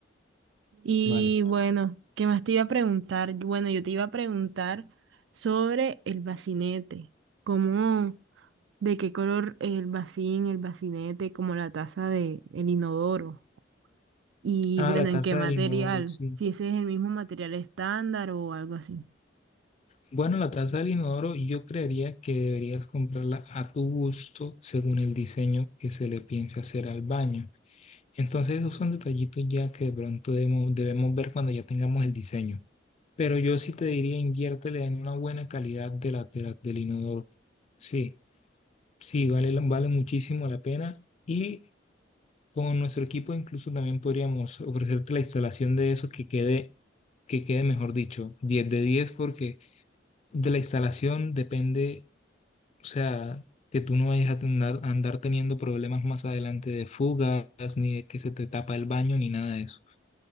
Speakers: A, on the right; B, on the left.
A: Y
B: ¿vale?
A: bueno, ¿qué más te iba a preguntar? Bueno, yo te iba a preguntar sobre el bacinete. ¿Cómo, de qué color el bacín, el bacinete, como la taza de el inodoro? Y
B: Ah,
A: bueno,
B: la taza
A: ¿en qué material?
B: del inodoro, sí.
A: Si ese es el mismo material estándar o algo así.
B: Bueno, la taza del inodoro yo creería que deberías comprarla a tu gusto según el diseño que se le piense hacer al baño. Entonces esos son detallitos ya que de pronto debemos, debemos ver cuando ya tengamos el diseño. Pero yo sí te diría inviértele en una buena calidad de la, de la- del inodoro. Sí, sí, vale, la- vale muchísimo la pena. Y con nuestro equipo incluso también podríamos ofrecerte la instalación de eso que quede, que quede, mejor dicho, diez de diez porque de la instalación depende O sea, que tú no vayas a tener- a andar teniendo problemas más adelante de fugas, ni de que se te tapa el baño, ni nada de eso.